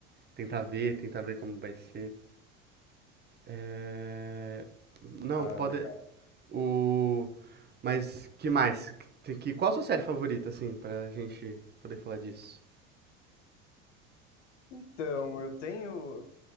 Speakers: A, on the right (about 25°); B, on the left (about 70°).
A: tentar ver, tentar ver como vai ser. É... Não,
B: Ah,
A: pode.
B: legal.
A: O. Mas que mais? Que, que- qual a sua série favorita, assim, pra gente poder falar disso?
B: Então, eu tenho,